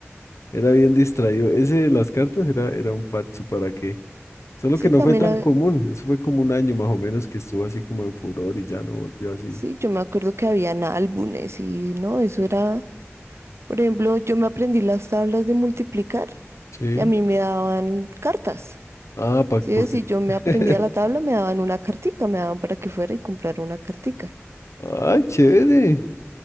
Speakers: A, on the left; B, on the right.
A: era bien distraído. Ese de las cartas era, era un parche para que. Solo
B: sí,
A: que
B: también
A: no fue tan común. Eso fue como un año más o menos que estuvo así como en furor y ya no volvió así.
B: Sí, yo me acuerdo que habían álbumes y no, eso era, por ejemplo, yo me aprendí las tablas de multiplicar
A: Sí.
B: y a mí me daban cartas.
A: Ah, pa-
B: Sí,
A: por
B: es,
A: si.
B: si yo me
A: <laughs>
B: aprendía la tabla, me daban una cartica, me daban para que fuera y comprara una cartica.
A: Ah, chévere.